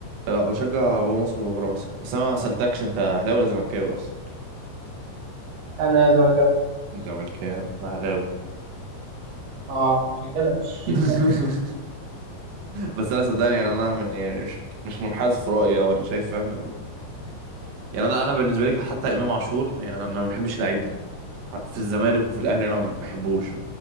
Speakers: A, on the right; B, on the right.
A: لا بشجع جوه مصر وبره مصر بس أنا ما سألتكش أنت أهلاوي ولا زملكاوي أصلا
B: أنا زملكاوي
A: زملكاوي أهلاوي
B: اه عشان كده <laughs>
A: <laughs> بس أنا صدقني يعني أنا من يعني مش مش منحاز في رأيي أو أنا شايف فاهم يعني انا انا بالنسبه لي حتى امام عاشور يعني انا أنا ما بحبش اللعيب ده في الزمالك وفي الاهلي انا ما بحبوش